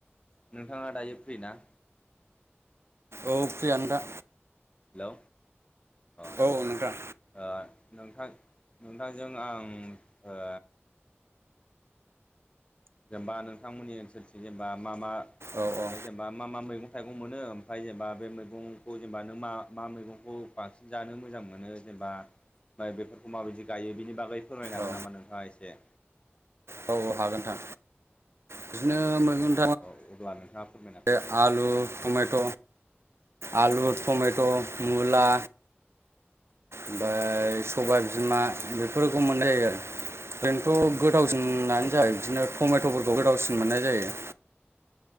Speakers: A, on the left (about 25°); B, on the right (about 80°).
A: नोंथाङा दायो फ्रि ना?
B: औ फ्रियानो दा।
A: हेलौ अ
B: औ औ नोंथां।
A: ओ नोंथां नोंथांजों आं ओ जेनबा नोंथांमोननि ओनसोलथि जेनेबा मा मा
B: औ औ
A: जेन बा मा मा मैगं थाइगं मोनो ओमफ्राय जेनबा मैगंखौ जेनेबा नों मा मा मैगंखौ बांसिन जानो मोजां मोनो जेनेबा ओमफ्राय बेफोरखौ माबायदि गायो बिनि बागै फोरमायनो हागोन
B: औ
A: नामा नोंथाङा एसे?
B: औ औ हागोन नोंथां। बिदिनो मैगं
A: एसे अ अब्ला नोंथाङा फोरमायना होनो
B: <unintelligible> आलु टमेट' आलु टमेट' मुला ओमफ्राय सबाय बिमा बेफोरखौ मोननाय जायो आरो। ओरैनोथ' गोदावसिनानो
A: औ
B: ज बिदिनो टमेट'फोरखौ गोदावसिन मोननाय जायो।